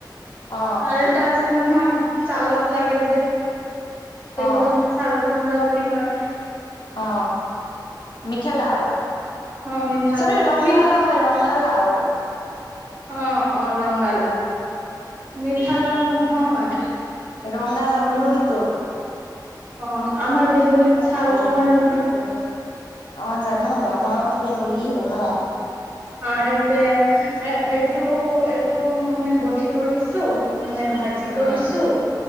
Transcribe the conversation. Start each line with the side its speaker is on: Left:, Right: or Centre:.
Left: অ',
Right: আৰু এটা আছে নহয় চালত লাগে যে বেংগলী
Left: অ',
Right: চাল কোমোৰা বুলি কয়
Left: অ মিঠালাও
Right: অ মিঠা
Left: চৰি
Right: ল
Left: ৰঙালাও
Right: ম
Left: ৰঙালাও
Right: অ অ ৰঙলাও মিঠা লাও নহয়
Left: ৰংগালা
Right: মানে
Left: ক'লঐতো <unintelligible>
Right: অ আমাৰ বেংগলীৰত চাল কুমাৰ বুলি কয়
Left: অ জানো মময়তো বেংগুলী হও ন
Right: অ এইটোৱে এ এইটো এইটো মানে বঠি কৰিছো মানে ভাজি কৰিছো
Left: উম,